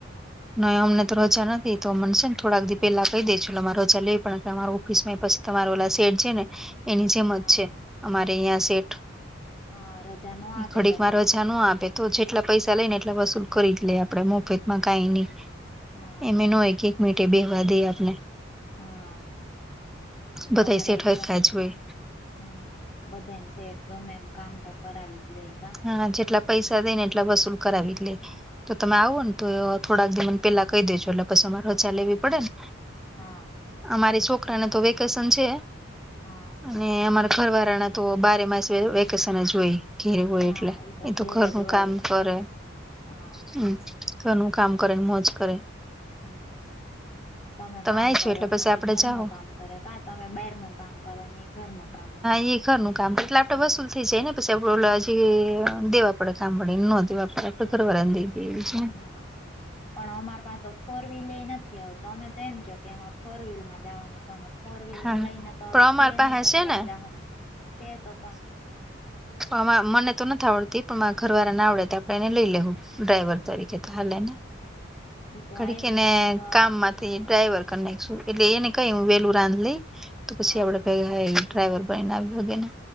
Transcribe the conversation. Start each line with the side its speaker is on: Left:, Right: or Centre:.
Centre: નહીં અમને તો રજા નથી, તો મન સે ને થોડાક દી પેલા કહી દેજે એટલે મારે રજા લેવી પડે. એટલે અમારા ઓફિસ માં એય પછી તમારો ઓલા શેઠ છે ને એની જેમ
Left: હા
Centre: જ છે. અમારે અહિયાં સેઠ.
Left: હા રજા ન આપે
Centre: થોડીક
Left: તમને
Centre: વાર રજા ન આપે તો જેટલા પૈસા લઈ ને એટલા વસૂલ કરી જ લઈએ આપડે મફતમાં કાંઈ નહીં.
Left: હા
Centre: એમેય ન હોય કે એક મિનિટે બેહવા દઈ આપને.
Left: હા.
Centre: બધા
Left: અમારેય
Centre: શેઠ હરખા
Left: જો
Centre: જ હોય
Left: હા. બધાયને શેઠ ગમે એમ કામ તો કરાવી જ લેઈ કા.
Centre: હા જેટલા પૈસા દઈ ને એટલા વસૂલ કરાવી જ લેય. તો
Left: હા
Centre: તમે આવો ને તો થોડાક દી ને પહેલા કહી દેજો એટલે પછી અમારે રજા લેવી પડે ને.
Left: હા.
Centre: અમારી છોકરા ને તો વેકેશન છે.
Left: હા.
Centre: અને અમારા ઘરવાળા ના તો બારે માસ વે વેકેશન જ હોય. ઘેરે હોય
Left: હા
Centre: એટલે. એ
Left: ઘેરે
Centre: તો ઘરનું
Left: જ હોય
Centre: કામ કરે,
Left: હા
Centre: હમ્મ. ઘરનું કામ કરે ને મોજ કરે.
Left: હા. તમે કામ
Centre: આય
Left: કરો
Centre: છો એટલે પછી
Left: ને
Centre: આપડે
Left: ઈ ઘર
Centre: જાઓ
Left: નું કામ કરો, કા તમે બાઈર નું કામ કરો ને ઈ ઘરનું કામ કરે.
Centre: ઈ ઘરનું કામ. એટલે આપણે વસુલ થઈ જાય ને પછી આપડું ઓલા જે દેવા પડે કામ <unintelligible> ન દેવા પડે આપડે ઘરવાળા ને દઈ <unintelligible>
Left: હા. પણ અમાર પાહે તો ફોર વ્હીલ નથી. હવે તમે તો એમ ક્યો કે અમાં ફોર વ્હીલ માં જવાનું તમે ફોર વ્હીલમાં
Centre: હા
Left: લઈને તો
Centre: પણ
Left: હવે
Centre: અમાર
Left: સે
Centre: પાહે
Left: નહી તો
Centre: છે
Left: કેમ
Centre: ને
Left: જાહું? સે તો-તો
Centre: અમા મને તો નથ આવડતી. પણ મારા ઘરવાળા ના આવડે ત્યાં આપણે એને લઈ લેહું. ડ્રાઈવર
Left: હા
Centre: તરીકે તો હાલેને.
Left: ઈ તો
Centre: ઘડીક
Left: આય છે
Centre: એને
Left: તમે તો
Centre: કામ માંથી ડ્રાઈવર કરી નાયખશું, એટલે એને કંઈ હું વહેલું <unintelligible> લઈ તો પછી
Left: હા
Centre: આપડે ભેગાં ઈ ડ્રાઈવર બનીને આવી હગે ને.